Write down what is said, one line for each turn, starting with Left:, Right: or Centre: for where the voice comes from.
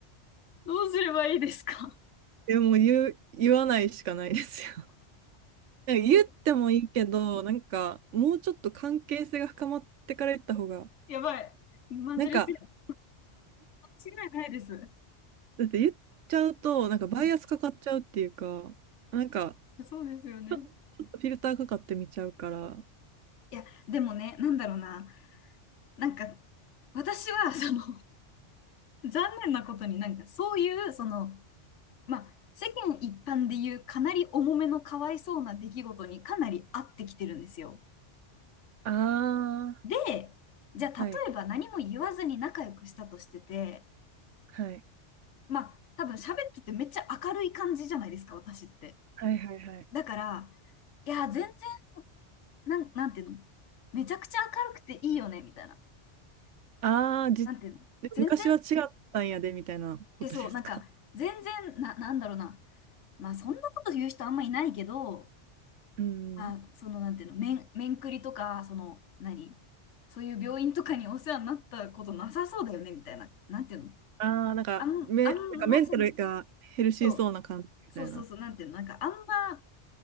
Left: <laughs> どうすればいいですか
Right: <laughs> でもう言う、言わないしかないですよ。<laughs> なんか言ってもいいけど、
Left: <laughs>
Right: なんかもうちょっと関係性が深まってから言った方が、
Left: やばい。マジレス、
Right: なんか、
Left: 間違いないです。う
Right: だって言っちゃうと、なんかバイアスかかっちゃうっていうか、
Left: ん
Right: なんか
Left: そうですよね。
Right: ちょ、ちょっとフィルターかかってみちゃうから、
Left: いや、でもね、なんだろうな。なんか、私は、その、<laughs> 残念なことになんか、そういう、その、まあ、世間一般でいうかなり重めのかわいそうな出来事にかなり合ってきてるんですよ。
Right: ああ
Left: で、じゃあ例えば何も言わずに仲良くしたとしてて、
Right: はい、はい。
Left: まあ多分喋っててめっちゃ明るい感じじゃないですか、私って。
Right: はいはいはい。
Left: だから、いや、全然、なん、なんていうのめちゃくちゃ明るくていいよね、みたいな。
Right: ああ、じ、
Left: なんていうの全然、
Right: で昔は違ったんやで、みたいなことですか。
Left: え、そう、なんか、全然、な、なんだろうな。まあそんなこと言う人あんまいないけど、
Right: うん。
Left: あ、そのなんていうの、面、面くりとか、その、何そういう病院とかにお世話になったことなさそうだよね、みたいな。なんていうの
Right: ああ、なんか、
Left: あん、
Right: め、
Left: あんな、
Right: なんかメンタルがヘルシーそうな感じみたいな。
Left: その、そう、そうそうそう、なんていうの、なんかあんま、